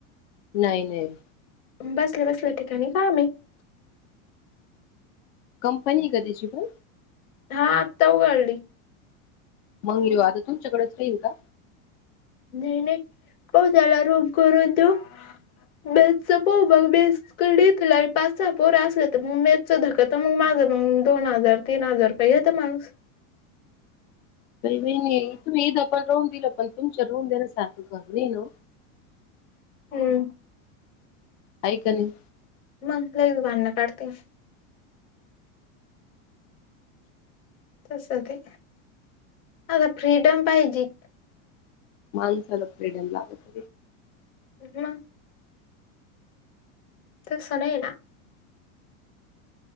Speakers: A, on the left; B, on the left.
A: नाही नाही.
B: बसल्या बसल्या ठिकाणी काय माहित.
A: कंपनी आहे का त्याची पण?
B: हा आत्ता उघाडली.
A: मंगली वा आता तुमच्याकडेच राहील का?
B: नाही नाही पो त्याला रोग करून देऊ बेसच पो बघ बेस. करडई तुला पाचचा पोर असले तर मग मेचच धकत मग माझं मग दोन हजार, तीन हजार काहि होता माणूस.
A: बई बई <unintelligible> तुम्हीदा पण रोहन दिलं पण तुमच्या रोहून देण्यासारखं कर ना!
B: हम्म!
A: ऐकणे.
B: मग लग भांडणं काढते. तस ते आता फ्रीडम पाहिजे.
A: माणसाला फ्रीडम लागत.
B: हम. त स नाहीय ना.